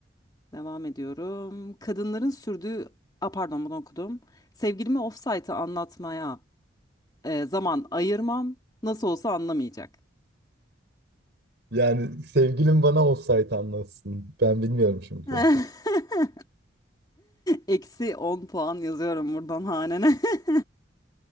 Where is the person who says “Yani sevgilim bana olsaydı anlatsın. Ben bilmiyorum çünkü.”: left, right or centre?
Right